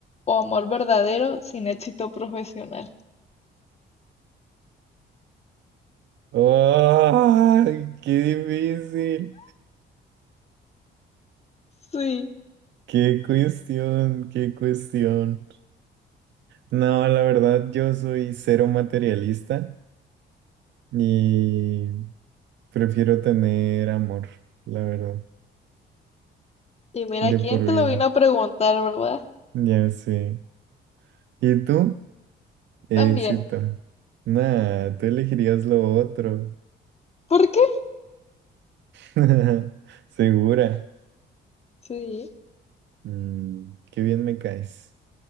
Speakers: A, on the left; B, on the right.
A: ¿O amor verdadero sin éxito profesional?
B: ¡Ay, qué difícil!
A: Sí.
B: ¡Qué cuestión! ¡Qué cuestión! No, la verdad, yo soy cero materialista y prefiero tener amor, la verdad,
A: Y mira,
B: de
A: ¿quién
B: por
A: te
B: vida.
A: lo vino a preguntar, verdad?
B: Ya sé. ¿Y tú? Éxito.
A: También.
B: Nah, tú elegirías lo otro.
A: ¿Por qué?
B: <laughs> Segura.
A: Sí.
B: Mm, qué bien me caes.